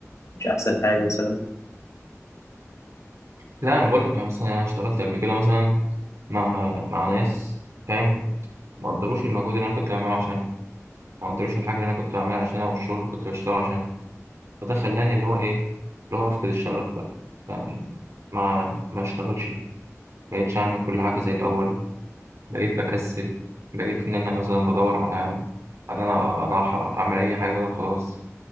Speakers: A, on the left (about 65°); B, on the right (about 60°).
A: مش احسن حاجه مثلا
B: لا انا بقول لك أنا مثلا انا اشتغلت قبل كده مثلا مع مع ناس فاهم ما قدروش المجهود اللي انا كنت بعمله عشان ما قدروش الحاجه اللي انا كنت بعملها عشانها والشغل اللي كنت بشتغله عشان فده خلاني اللي هو ايه اللي هو افقد الشغف بقى فيعني ما ما اشتغلش بقيتش اعمل كل حاجه زي الاول بقيت بكسل بقيت ان انا مثلا بدور على ان انا راحه اعمل اي حاجه خلاص